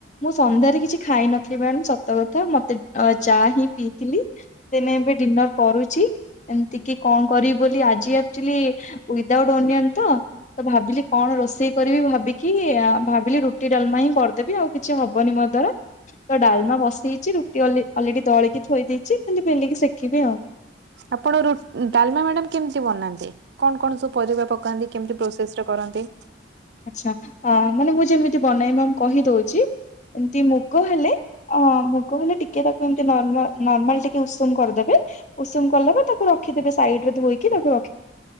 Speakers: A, on the left; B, on the right.
A: ମୁଁ ସନ୍ଧ୍ୟାରେ କିଛି ଖାଇ ନଥିଲି ମ୍ୟାଡ ସତ କଥା ମତେ ଚା ହିଁ ପିଇଥିଲି। ଦିନେ ଏବେ ଡିନର କରୁଛି। ଏମତି କି କଣ କରିବି ବୋଲି ଆଜି ଆଚୁଲି ଉଈଦାଉଟ୍ ଅନିଅନ ତ। ତ ଭାବିଲି କଣ ରୋଷେଇ। କରିବି ଭାବିକି ଭାବିଲି ରୁଟି ଡାଲମା ହିଁ କରିଦେବି ଆଉ କିଛି ହବନି ମୋ ଦ୍ୱାରା। ତ ଡାଲମା ବସେଇଛି ରୁଟି ଅଲରେଡି ଦଳିକି ଥୋଇ ଦେଇଛି ଖାଲି ବେଲିକି ଶିଖିବି ଆଉ।
B: ଆପଣ ଡାଲମା ମ୍ୟାଡାମ କେମିତି ବନାନ୍ତି କଣ କଣ ସବୁ ପରିବା। ପନ୍ତି କେମିତି ପ୍ରୋସେସ ଟା କରନ୍ତି।
A: ଆ୍ଛ ମାନେ ମୁଁ ଯେମିତି ବନେଇ ମ କହିଦଉଛି ଏମତି ମୁଗ ହେଲେ। ଅ- ମୁଗ ହେଲେ ଟିକେ ତାକୁ ଏମତି ନ- ନ-ନର୍ମାଲ୍ ଟିକେ ଉଷୁମ୍ କରିଦେବେ ଉଷୁମ୍ କଲେବି ତାକୁ ରଖିଦେବେ ସାଇଡ୍ ରେ ଧୋଇକି ତାକୁ ରଖି